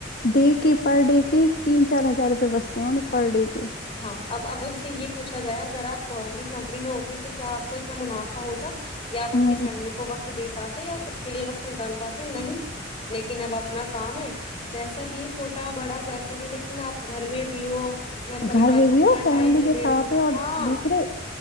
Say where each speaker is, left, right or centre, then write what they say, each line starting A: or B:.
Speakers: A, on the left; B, on the left.
A: ڈے کے پر ڈے کے تین چ چار ہزار روپ بستے ہیں انیں پر ڈے کے
B: ہاں اب اب ان سے یہ پوچھا گائے اگر آپ گورنمنٹ نوکری میں ہوتے تو کیا آپ کو اتنا منافع ہوتا یا آ اپنی
A: میں
B: فیملی کو وقت د پاتے یا خود کے لیے وقت نکال پاتے نہیں لیکن اب اپنا کام ہے جیسا بھی ہے چھوٹا بڑا جیسا بھی لیکن آپ گھر میں بھی ہو پریوار
A: گھر میں
B: کو
A: بھی
B: پورا
A: ہو فیملی
B: ٹائم بھی
A: کے
B: دے
A: ساتھ
B: رہے ہو
A: ہے اور
B: ہاں
A: دوسرے